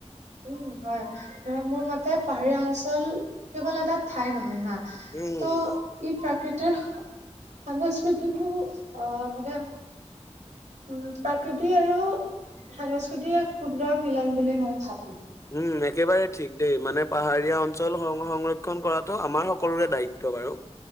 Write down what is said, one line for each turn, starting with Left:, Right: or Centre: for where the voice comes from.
Right: উম, হয় ধৰা মোৰ মতে পাহাৰীয়া অঞ্চল কেৱল এটা ঠাই নহয়। হা
Left: উম
Right: তোৰ ই প্ৰাকৃতিক তোৰ সাংস্কৃতিকো অ' মানে উম, প্ৰাকৃতি আৰু সাংস্কৃতিক এক সুন্দৰ মিলন বুলি মই ভাবোঁ।
Left: উম, একেবাৰেই ঠিক দেই। মানে পাহাৰীয়া অঞ্চল সং সংৰক্ষণ কৰাটো আমাৰ সকলোৰে দায়িত্ব তো বাৰু।